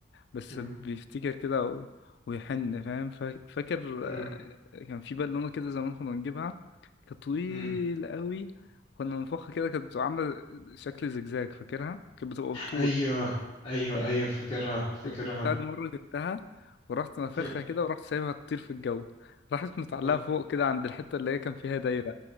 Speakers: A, on the left; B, on the left.
A: بس
B: مم.
A: بيفتكر كده و... ويحن فاهم فا- فاكر
B: مم.
A: آه، كان في بالونة كده زمان كنا بنجيبها كانت طويلة
B: مم.
A: قوي كنا بنفخها كده كانت بتبقى عاملة شكل زجزاج فاكرها كانت بتبقى بالطول
B: ايوه ايوه ايوه فاكرها فاكرها
A: بتاع دي مرة جبتها ورحت نافخها
B: <laughs>
A: كده ورحت سايبها تطير في الجو راحت متعلقة
B: آه.
A: فوق كده عند الحتة اللي هي كان فيها دايرة